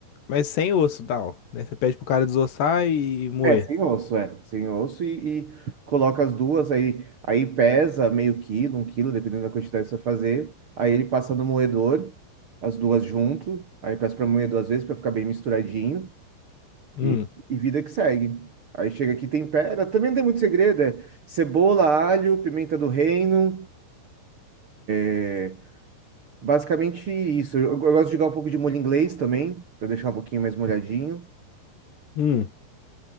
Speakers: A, on the left; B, on the right.
A: Mas sem osso, tal, né? Você pede pro cara desossar e moer.
B: é, sem osso, é, sem osso e, e coloca as duas, aí, aí pesa meio quilo, um quilo, dependendo da quantidade que você fazer. Aí ele passa no moedor, as duas junto, aí eu peço para moer duas vezes para ficar bem misturadinho.
A: Hum,
B: E, e vida que segue. Aí chega aqui, tempera. Também não tem muito segredo, é cebola, alho, pimenta do reino. é Basicamente isso. Eu, eu gosto de jogar um pouco de molho inglês também, para deixar um pouquinho mais molhadinho.
A: hum.